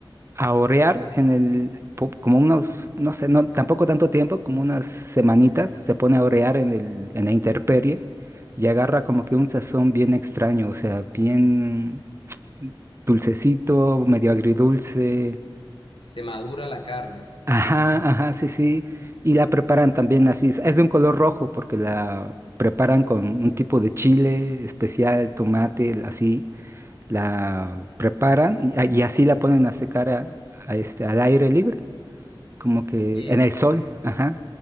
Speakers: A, on the right; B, on the left.
A: a orear en el, po- como unos, no sé, no, tampoco tanto tiempo, como unas semanitas, se pone a orear en el, en la intemperie y agarra como que un sazón bien extraño, o sea, bien dulcecito, medio agridulce.
B: Se madura la carne.
A: Ajá, ajá, sí, sí. Y la preparan también así. Es es de un color rojo porque la preparan con un tipo de chile especial, tomate, así. La preparan y, a- y así la ponen a secar a- a este, al aire libre, como que
B: Oye,
A: en el sol. Ajá.